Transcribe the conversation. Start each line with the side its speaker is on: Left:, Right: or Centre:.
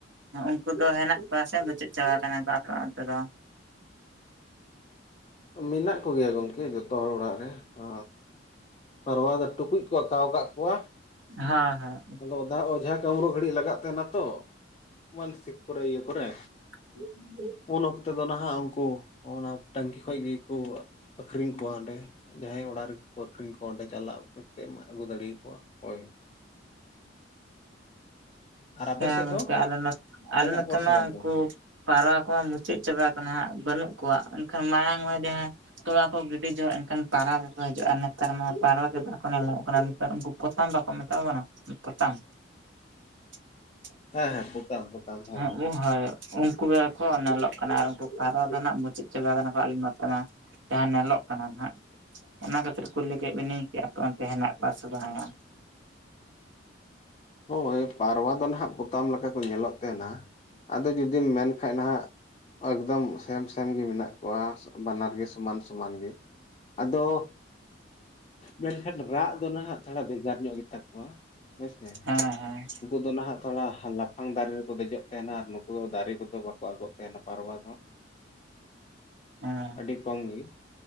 Right: ᱩᱱᱠᱩ ᱫᱚ ᱦᱮᱱᱟᱜ ᱠᱚᱣᱟ ᱥᱮ ᱢᱩᱪᱟᱹᱫ ᱪᱟᱵᱟ ᱠᱟᱱᱟ ᱠᱚ ᱟᱯᱮ ᱚᱱᱛᱮ ᱫᱚ᱾
Left: ᱢᱮᱱᱟᱜ ᱠᱚᱜᱮᱭᱟ ᱜᱚᱝᱠᱮ ᱡᱚᱛᱚ ᱦᱚᱲ ᱚᱲᱟᱜ ᱨᱮ ᱟ ᱯᱨᱣᱟ ᱫᱚ ᱴᱩᱠᱩᱡ ᱠᱚ ᱟᱠᱟᱠᱟᱣ ᱟᱠᱟᱜ ᱠᱚᱣᱟ᱾
Right: ᱦᱮᱸ ᱦᱮᱸ
Left: ᱟᱫᱚ ᱚᱫᱷᱟ ᱚᱡᱷᱟ᱾ ᱠᱟᱹᱢᱨᱩ ᱜᱷᱟᱹᱲᱤᱡ ᱞᱟᱜᱟᱜ ᱛᱟᱦᱮᱱᱟ ᱛᱚ ᱢᱟᱱᱥᱤᱠ ᱠᱚᱨᱮ ᱤᱭᱟᱹ ᱠᱚᱨᱮ᱾
Right: <inaudible>
Left: ᱩᱱ ᱚᱠᱛᱮ ᱫᱚ ᱱᱟᱦᱟᱜ ᱩᱝᱠᱩ, ᱚᱱᱟ ᱴᱟᱝᱠᱤ ᱠᱷᱚᱡ ᱜᱤ ᱠᱚ ᱟᱠᱷᱨᱤᱧ ᱠᱚᱣᱟ ᱦᱟᱸᱰᱮ᱾ ᱡᱟᱦᱟᱸᱭ ᱚᱲᱟᱜ ᱨᱤᱜᱤ ᱠᱚ ᱟᱠᱷᱨᱤᱧ ᱠᱚᱣᱟ, ᱚᱸᱰᱮ ᱪᱟᱞᱟᱜ ᱠᱟᱛᱮᱫ ᱢᱟᱡ ᱟᱹᱜᱩ ᱫᱟᱲᱮ ᱭᱟᱠᱚᱣᱟ ᱦᱳᱭ᱾ ᱟᱨ ᱟᱯᱮ
Right: ᱦᱮᱸ
Left: ᱥᱮᱫ
Right: ᱜᱚᱝᱠᱮ
Left: ᱫᱚ
Right: ᱟᱞᱮ ᱱᱚᱛᱮ ᱟᱞᱮ
Left: ᱢᱮᱱᱟᱜ
Right: ᱱᱚᱛᱮᱢᱟ
Left: ᱠᱚᱣᱟ ᱥᱮ ᱵᱟᱝ
Right: ᱩᱝᱠᱩ
Left: ᱜᱚᱝᱠᱮ
Right: ᱯᱟᱣᱨᱟ ᱠᱚ ᱢᱩᱪᱟᱹᱫ ᱪᱟᱵᱟ ᱟᱠᱟᱱᱟ ᱦᱟᱸᱜ ᱵᱟᱹᱱᱩᱜ ᱠᱚᱣᱟ ᱮᱱᱠᱷᱟᱱ ᱢᱟᱭᱟᱝ <unintelligible> ᱡᱟᱦᱟᱸᱭ ᱛᱚᱣᱟ ᱠᱚ ᱜᱤᱰᱤ ᱡᱚᱜ ᱮᱱᱠᱷᱟᱱ ᱯᱟᱨᱟ ᱠᱚ ᱠᱚ ᱦᱤᱡᱩᱜ-ᱟ ᱱᱚᱛᱮ ᱨᱮ ᱢᱟ ᱯᱟᱨᱣᱟ ᱠᱚᱜᱮ ᱦᱟᱸᱜ ᱠᱚ ᱱᱮᱞ ᱧᱟᱢᱚᱜ ᱠᱟᱱᱟ ᱟᱨ ᱩᱝᱠᱩ ᱯᱚᱛᱟᱢ ᱵᱟᱠᱚ ᱢᱮᱛᱟᱠᱚ ᱠᱟᱱᱟ ᱯᱚᱛᱟᱢ <inaudible>
Left: ᱦᱮᱸ ᱦᱮᱸ ᱯᱳᱛᱟᱢ ᱯᱳᱛᱟᱢ ᱦᱳᱭ
Right: ᱦᱮᱸ ᱦᱳᱭ ᱩᱝᱠᱩ ᱜᱮᱠᱚ ᱧᱮᱞᱚᱜ ᱠᱟᱱᱟ ᱟᱨ ᱩᱝᱠᱩ ᱯᱟᱨᱟ ᱫᱚ ᱱᱟᱜ ᱢᱩᱪᱟᱹᱫ ᱪᱟᱵᱟ ᱠᱟᱱᱟ ᱠᱚ ᱟᱞᱮ ᱱᱚᱛᱮ ᱢᱟ ᱡᱟᱦᱟᱸ ᱱᱮᱞᱚᱜ ᱠᱟᱱᱟ ᱱᱟᱜ ᱚᱱᱟ ᱠᱷᱟᱹᱛᱤᱨ ᱠᱩᱞᱤ ᱠᱮᱫ ᱵᱤᱱᱤᱧ ᱠᱤ ᱟᱯᱮ ᱚᱱᱛᱮ ᱦᱮᱱᱟᱜ ᱠᱚᱣᱟ ᱥᱮ ᱵᱟᱝᱟ?
Left: ᱦᱳᱭ ᱯᱟᱨᱣᱟ ᱫᱚ ᱱᱟᱦᱟᱜ ᱯᱚᱛᱟᱢ ᱞᱮᱠᱟ ᱠᱚ ᱧᱮᱞᱚᱜ ᱛᱟᱦᱮᱱᱟ ᱟᱫᱚ ᱡᱩᱫᱤᱢ ᱢᱮᱱ ᱠᱷᱟᱡ ᱱᱟᱦᱟᱜ ᱮᱠᱫᱚᱢ ᱥᱮᱢ ᱥᱮᱢ ᱜᱮ ᱢᱮᱱᱟᱜ ᱠᱚᱣᱟ ᱵᱟᱱᱟᱨ ᱜᱮ ᱥᱚᱢᱟᱱ ᱥᱚᱢᱟᱱ ᱜᱮ ᱟᱫᱚ ᱢᱮᱱᱠᱷᱟᱱ ᱨᱟᱜ ᱫᱚ ᱱᱟᱦᱟᱜ ᱛᱷᱚᱲᱟ ᱵᱷᱮᱜᱟᱨ ᱧᱚᱜ ᱜᱮᱛᱟ ᱠᱚᱣᱟ ᱦᱳᱭ ᱥᱮ
Right: ᱦᱮᱸ ᱦᱮᱸ
Left: ᱟᱫᱚ ᱱᱟᱦᱟᱜ ᱛᱷᱚᱲᱟ ᱞᱟᱯᱷᱟᱝ ᱫᱟᱨᱮ ᱨᱮᱠᱚ ᱫᱮᱡᱚᱜ ᱛᱟᱦᱮᱱᱟ ᱟᱨ ᱱᱩᱠᱩ ᱫᱚ ᱫᱟᱨᱮ ᱠᱚᱫᱚ ᱵᱟᱠᱚ ᱟᱫᱚᱜ ᱛᱟᱦᱮᱱᱟ ᱯᱟᱨᱣᱟ ᱫᱚ
Right: ᱦᱮᱸ
Left: ᱟᱹᱰᱤ ᱠᱚᱢ ᱜᱮ